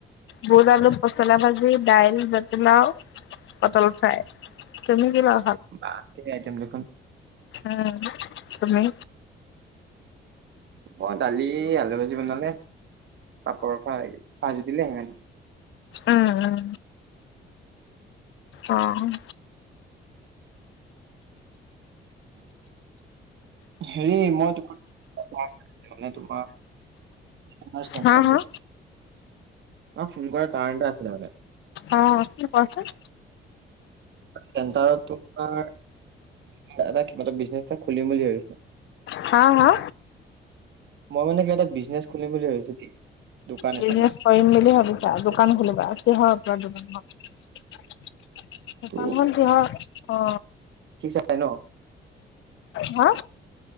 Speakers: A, on the left; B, on the right.
A: বুজআলু পচলাভাজি, দাইল, জাতিলাও, পটল ফ্ৰাই। তুমি কি লা
B: বাহ ঢেৰ আইটেম দেখোন। <unintelligible>
A: উম। তুমি?
B: মই দালি, আলু ভাজি বনালে। পাপৰ ভাজি দিলে সিমানে
A: উম উম অ
B: হেৰি মই তোমাৰ <unintelligible> ফোন
A: হা
B: কৰাৰ
A: হা
B: কাৰণ এটা আছিলে মানে!
A: অ কি কোৱাচোন?
B: চেণ্টাৰত তোমাৰ কিবা এটা, বিজনেছ এটা খুলিম বুলি ভাবিছো ।
A: হা হা?
B: মই মানে কিবা এটা বিজনেছ খুলিম বুলি ভাবিছো দেই। দোকান
A: বিজনেছ
B: এখন মানে
A: কৰিম বুলি ভাবিছা? দোকান খুলিবা? কিহৰ ওপৰত দোকান দোকানখন
B: ত'
A: কিহৰ অ
B: নাই ন <unintelligible>
A: হা